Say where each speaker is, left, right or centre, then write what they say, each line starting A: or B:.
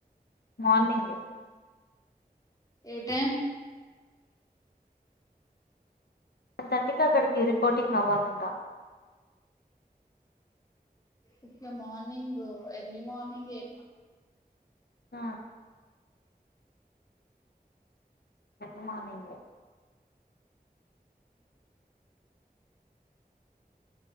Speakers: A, on the left (about 80°); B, on the left (about 20°).
A: మార్నింగ్
B: ఏ టైం
A: థర్టీ కి అక్కడికి రిపోర్టింగ్ అవ్వాలంట
B: ఒకే మార్నింగు ఎర్లీ మార్నింగే
A: అ ఎర్లీ మార్నింగే